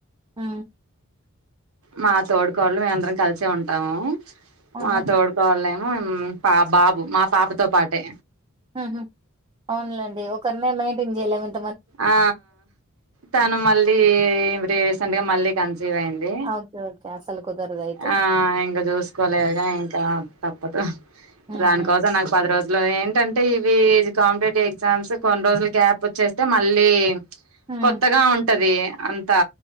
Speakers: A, on the right; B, on the right.
A: ఆ
B: మా తోడుకోడలు మేము అందరం కలిసే ఉంటాము.
A: ఆహా
B: మా తోడికోడలే ఉ పా బాబు మా పాపతో పాటే
A: హ హ అవునులేండి ఒకరినే మెయింటైన్ చేయలేమని
B: ఆ తను మళ్ళీ రీసెంట్గా మళ్ళీ కన్సీవ్ అయింది.
A: ఓకే ఓకే అసలు కుదరదు అయితే
B: ఆ ఇంకా చూసుకోలేదు. ఇంకా తప్పదు
A: హ్మ్
B: దానికోసం
A: హ్మ్
B: నాకు పది రోజు లో ఏంటంటే ఇవి కాంపిటేటివ్ ఎగ్జామ్స్. కొన్ని రోజులు గ్యాప్ వచ్చే తే మళ్ళీ
A: హ్మ్
B: కొత్తగా ఉంటది. అంతా.